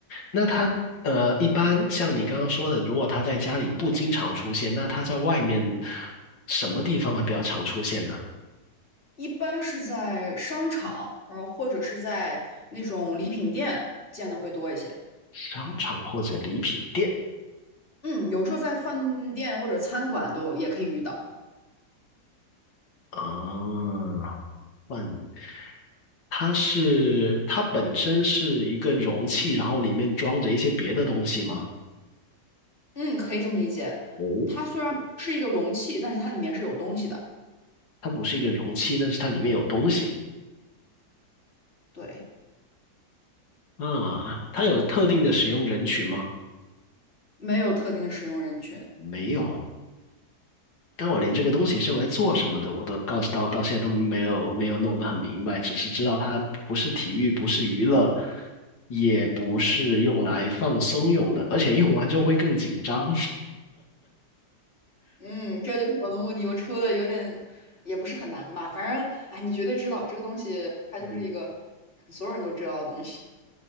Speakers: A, on the left (about 90°); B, on the left (about 30°).
A: 那它呃，一般像你刚刚说的，如果它在家里不经常出现，那它在外面什么地方会比较常出现呢？
B: 一般是在商场，然后或者是在那种礼品店见的会多一些。
A: 商场或者礼品店
B: 嗯，有时候在饭店或者餐馆都也可以遇到。
A: 啊？换它是它本身是一个容器，然后里面装着一些别的东西吗？
B: 嗯，可以这么理解。
A: 哦，
B: 它虽然不是一个容器，但是它里面是有东西的。
A: 它不是一个容器，但是它里面有东西。
B: 对，
A: 啊，它有特定的使用人群吗？
B: 没有特定的使用人群。
A: 没有，但我连这个东西是用来做什么的，我都告诉到到现在都没有没有弄得很明白，只是知道它不是体育，不是娱乐，也不是用来放松用的，而且用完之后会更紧张。
B: 嗯，这就是我的目的。我出的有点也不是很难吧，反正哎，你绝对知道这个东西，它就是一个所有人都知道的东西。
A: <laughs>